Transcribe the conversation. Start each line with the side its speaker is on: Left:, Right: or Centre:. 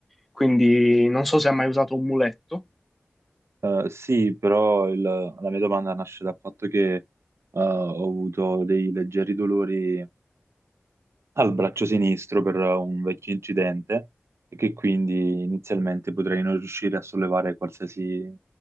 Centre: quindi non so se ha mai usato un muletto.
Right: Eh, sì, però il- la mia domanda nasce dal fatto che eh, ho avuto dei leggeri dolori al braccio sinistro per un vecchio incidente e che quindi inizialmente potrei non riuscire a sollevare qualsiasi